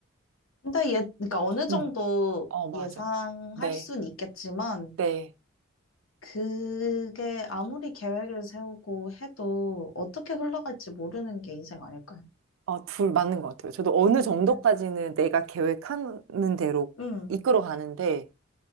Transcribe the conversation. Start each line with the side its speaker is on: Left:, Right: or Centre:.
Left: 근데 예, 그러니까 어느 정도
Right: 음. 어, 맞아.
Left: 예상할
Right: 네,
Left: 순 있겠지만,
Right: 네.
Left: 그게 아무리 계획을 세우고 해도 어떻게 흘러갈지 모르는 게 인생 아닐까요?
Right: 어, 둘 맞는 것 같아요. 저도 어느 정도까지는
Left: 음.
Right: 내가 계획하는 대로
Left: 음,
Right: 이끌어 가는데,